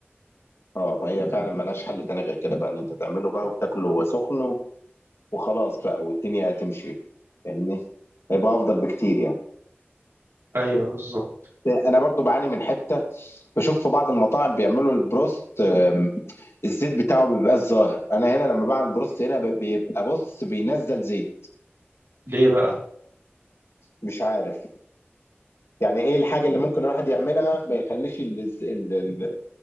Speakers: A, on the left; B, on the right.
A: اه ما هي فعلا ملهاش حل تاني غير كده بقى ان انت تعمله بقى وتاكله وهو سخن و- وخلاص بقى والدنيا هتمشي فاهمني هيبقى افضل بكتير يعني
B: ايوه بالظبط
A: انا برضو بعاني من حته بشوف في بعض المطاعم بيعملوا البروست آم، الزيت بتاعه ما بيبقاش ظاهر انا هنا لما بعمل بروست هنا ب- بيبقى بص بينزل زيت
B: ليه بقى
A: مش عارف يعني ايه الحاجه اللي ممكن الواحد يعملها ما يخليش ال- ال- ال-